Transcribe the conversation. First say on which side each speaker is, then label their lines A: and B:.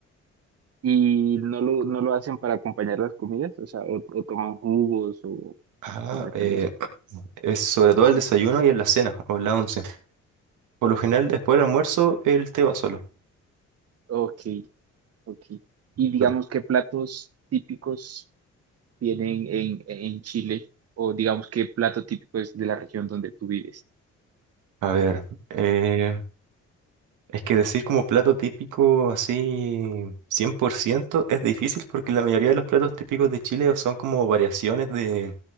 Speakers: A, on the right; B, on the right.
A: y no lo, no lo hacen para acompañar las comidas, o sea, o, o toman jugos o,
B: Ah,
A: o refrescos.
B: eh, Es sobre todo el desayuno y en la cena o en la once. Por lo general, después del almuerzo, el té va solo.
A: Ok, ok. Y digamos,
B: Lo-
A: ¿qué platos típicos tienen en, en Chile? O digamos, ¿qué plato típico es de la región donde tú vives?
B: A ver, eh, es que decir como plato típico así 100% es difícil porque la mayoría de los platos típicos de Chile son como variaciones de,